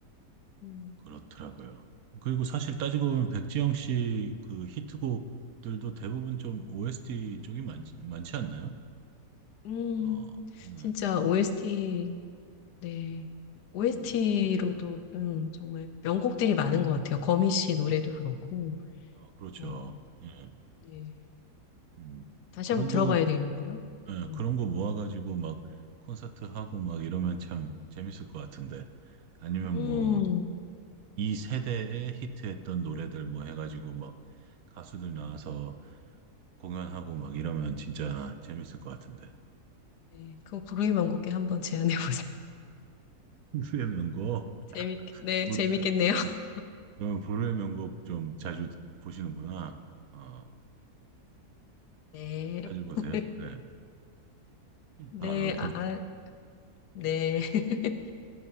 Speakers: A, on the left; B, on the right.
A: 음,
B: 그렇더라고요. 그리고 사실 따지고 보면 백지영 씨 그 히트곡들도 대부분 좀 OST 쪽이 많, 많지 않나요?
A: 음,
B: 어, 네.
A: 진짜 OST 네. OST로도
B: 음,
A: 음, 정말 명곡들이 많은 것 같아요. 거미 씨 노래도 그렇고.
B: 어, 그렇죠.
A: 어,
B: 예,
A: 네.
B: 음.
A: 다시
B: 그런
A: 한번 들어봐야
B: 거,
A: 되는데요.
B: 예,
A: 음.
B: 그런 거 모아가지고 막 콘서트 하고 막 이러면 참 재밌을 것 같은데. 아니면
A: 음,
B: 뭐 이 세대에 히트했던 노래들 뭐 해가지고 막 가수들 나와서 공연하고 막 이러면 진짜 재밌을 것 같은데.
A: 네. 그거 부르이 만곡에 한번 제안해 보세요.
B: 불후의 명곡?
A: <laughs> 재밌, 네,
B: 불,
A: 재밌겠네요.
B: 아,
A: <laughs>
B: 그럼 불후의 명곡 좀 자주 보시는구나. 어,
A: 네.
B: 자주 보세요.
A: <laughs>
B: 네.
A: 네,
B: 아, 그렇군.
A: 아, 아, 네. <laughs>